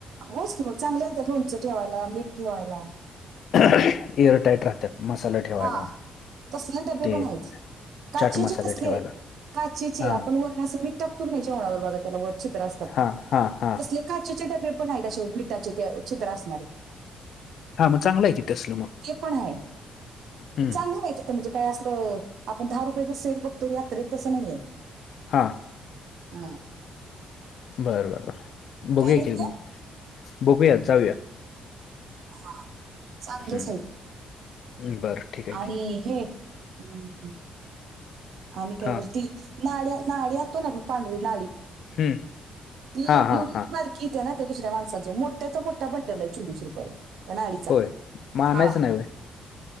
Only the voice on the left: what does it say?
<unintelligible> एअर टाईट राहतात मसाला ठेवायला.
ते
चाट मसाला
ठेवायला
हा
हा हा हा
हा मग चांगलं ये कि तसल मग.
हम्म.
हां.
बर बर बर बघूया
कि मग बघूया जाऊया.
हम्
बरं. ठीक आहे की
हा
हम्म.
हा
हा
हा
होय. मग आणायचं
नाही होय?